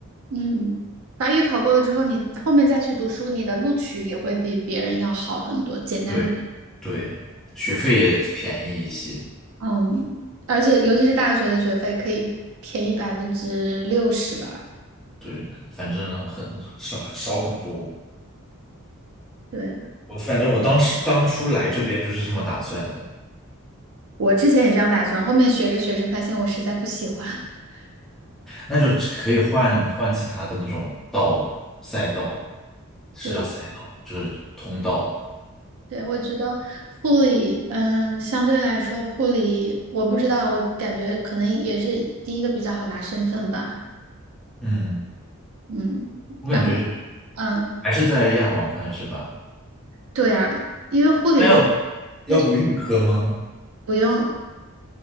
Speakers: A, on the right; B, in the centre.
A: 嗯，法语考过了之后，你后面再去读书，你的录取也会比别人要好很多，简单。
B: 对对，学费也便宜一些，
A: 嗯，而且尤其是大学的学费可以便宜百分之六十吧。
B: 对，反正很少少很多。
A: 对，
B: 我反正我当时当初来这边就是这么打算的。
A: 我之前也这样打算，后面学着学着发现我实在不喜欢。<laughs>
B: 那就只可以换换其他的那种道赛道，是叫赛道吗，
A: 对，
B: 就是通道。
A: 对，我觉得护理，嗯、相对来说护理，我不知道，我感觉可能也是第一个比较好拿身份吧。
B: 嗯，
A: 嗯，
B: 我感觉
A: 然后嗯，
B: 还是在亚广宽是吧？
A: 对呀、因为护理如果
B: 那要要读预科吗？
A: 他去不用